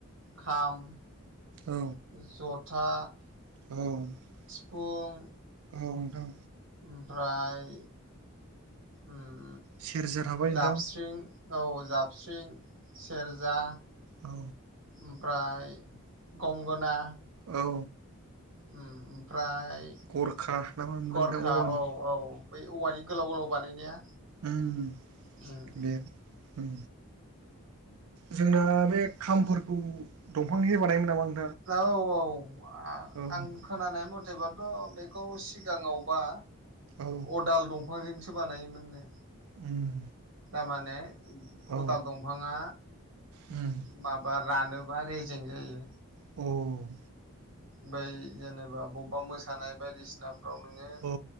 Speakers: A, on the right; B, on the right.
A: खाम
B: औ
A: <inaudible> जथा
B: औ
A: हुं
B: औ नोंथां
A: ओमफ्राय उम
B: सेरजा थाबाय
A: जाबस्रिं
B: नोंथां
A: औ जाबस्रिं सेरजा
B: औ
A: ओमफ्राय गंगोना
B: औ
A: उम फ्राय
B: गरखा ना मा होनोमोनलाय
A: गरखा
B: नोंथां औवानि
A: औ औ बै औवानि गोलाव गोलाव बानायनाया
B: उम
A: उम
B: दे उम जोंना बे खामफोरखौ दंफांनिनो बानायोमोन नामा नों
A: औ औ आ
B: औ
A: आं खोनानाय मथ थैबाथ' बेखौ सिगाङावबा
B: औ
A: अदाल दं फांजोंसो बानायोमोननो
B: उम
A: माने
B: औ
A: अदाल दंफाङा
B: उम
A: माबार रानोबा रेजें जायो
B: औ
A: बै जेनोबा बबा मोसानाय बायदिसिनाफ्राव नोङो
B: औ